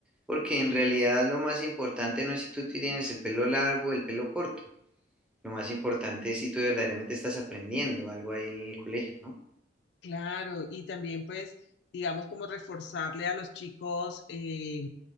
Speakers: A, in the centre; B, on the left.
A: porque en realidad lo más importante no es si tú tienes el pelo largo o el pelo corto, lo más importante es si tú verdaderamente estás aprendiendo algo ahí en el colegio, ¿no?
B: Claro, y también pues, digamos, como reforzarle a los chicos eh,